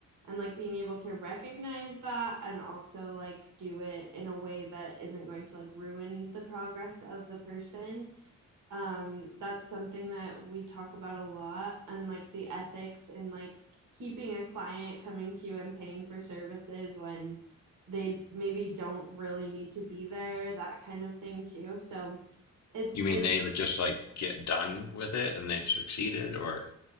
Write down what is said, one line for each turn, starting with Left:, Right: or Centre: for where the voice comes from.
Right: and like being able to recognize that and also like do it in a way that isn't going to like ruin the progress of the person um that's something that we talk about a lot and like the ethics in like keeping a client coming to you and paying for services when they maybe don't really need to be there that kind of thing too so it's
Left: You mean
Right: it's
Left: they would just like get done with it and they've succeeded or